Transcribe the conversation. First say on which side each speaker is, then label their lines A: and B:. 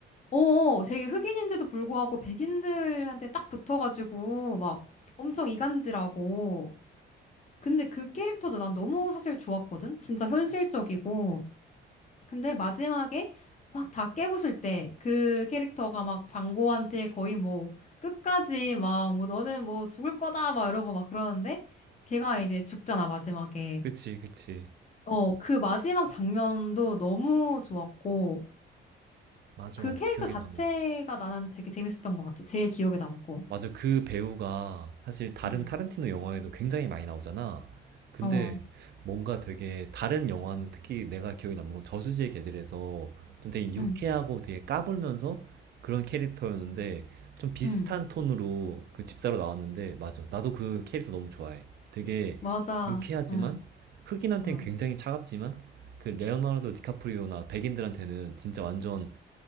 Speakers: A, on the left (about 35°); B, on the right (about 55°).
A: 어, 어. 되게 흑인인데도 불구하고 백인들한테 딱 붙어가지고 막 엄청 이간질하고. 근데 그 캐릭터도 난 너무 사실 좋았거든? 진짜 현실적이고. 근데 마지막에 막 다 깨부술 때 그 캐릭터가 막 장고한테 거의 뭐 끝까지 막 뭐 너는 뭐 죽을 거다 막 이러고 막 그러는데 걔가 이제 죽잖아, 마지막에.
B: 그치, 그치.
A: 어, 그 마지막 장면도 너무 좋았고.
B: 맞아.
A: 그 캐릭터
B: 기억에
A: 자체가
B: 남어.
A: 나는 되게 재밌었던 것 같아. 제일 기억에 남고.
B: 맞아. 그 배우가 사실 다른
A: 응,
B: 타른티노 영화에도 굉장히 많이 나오잖아. 근데
A: 어,
B: 뭔가 되게 다른 영화는 특히 내가 기억에 남는 건 저수지의 개들에서 좀 되게 유쾌하고
A: 응,
B: 되게 까불면서 그런 캐릭터였는데 좀 비슷한
A: 응,
B: 톤으로 그 집사로 나왔는데 맞아. 나도 그 캐릭터 너무 좋아해. 되게
A: 맞아.
B: 유쾌하지만
A: 응,
B: 흑인한테는
A: 응,
B: 굉장히 차갑지만 그 레오나르도 디카프리오나 백인들한테는 진짜 완전